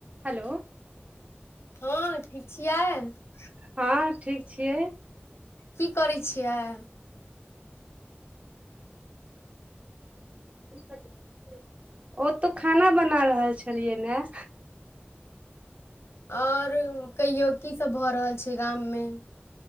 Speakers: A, on the right (about 30°); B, on the left (about 85°).
A: Hello. <unintelligible>
B: हां ठीक छियै। <unintelligible>
A: हँ ठीक छियै। <unintelligible>
B: की करै छियै। <unintelligible>
A: <unintelligible> ओ तऽ खाना बना रहल छलियै नै।
B: और कहियो की सब भऽ रहल छै गाममे। <unintelligible>